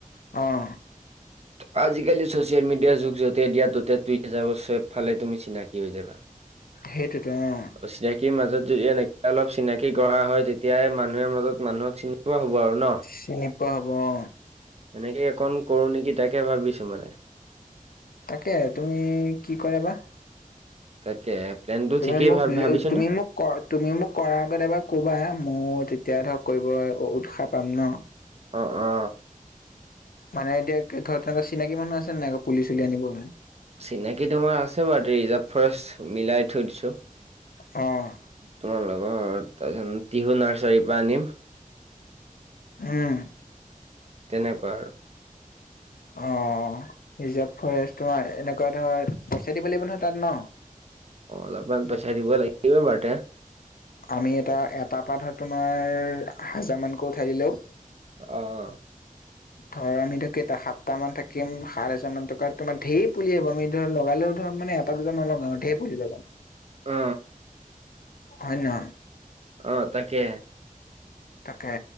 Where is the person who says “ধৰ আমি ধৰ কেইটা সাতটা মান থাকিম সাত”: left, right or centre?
Left